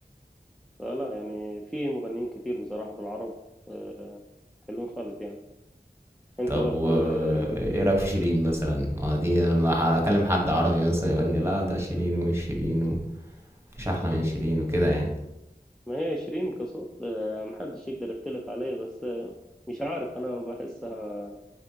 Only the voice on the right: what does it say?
طب
و
ايه رايك في شيرين مثلا اه دي لما ح- اكلم حد عربي مثلا يقول لي لا ده شيرين ومش شيرين ومفيش احلى من شيرين وكده يعني